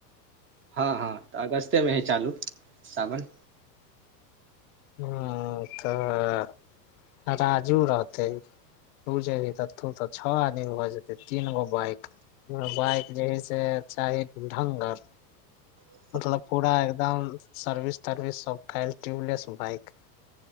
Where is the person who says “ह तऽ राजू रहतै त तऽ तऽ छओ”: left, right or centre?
Left